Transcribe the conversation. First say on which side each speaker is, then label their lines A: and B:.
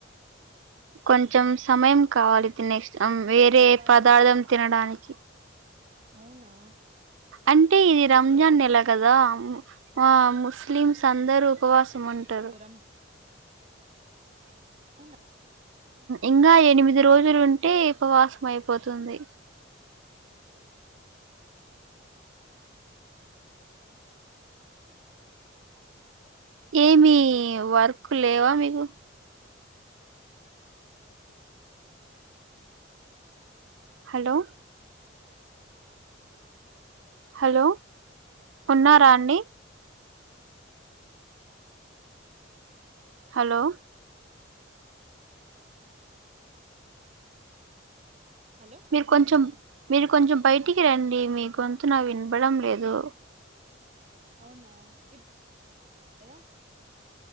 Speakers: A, on the right; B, on the right.
A: కొంచెం సమయం కావాలి నెక్స్ట్ వేరే
B: ఇప్పుడు ఉపవాసం
A: పదార్థం
B: ఉన్
A: తినడానికి
B: అవునా
A: అంటే ఇది రంజాన్ నెల కదా ఆ ముస్లిమ్స్ అందరు ఉపవాసం సుమంటారు
B: రం అవునా
A: ఇంకా ఎనిమిది రోజులుంటే ఉపవాసం అయిపోతుంది ఏమి వర్క్ లేవా మీకు హలో హలో ఉన్నారా అండి హలో
B: హలో
A: మీరు కొంచెం మీరు కొంచెం బయటికి రండి మీ గొంతు నాకు వినబడం లేదు
B: అవునా ఇప్ రా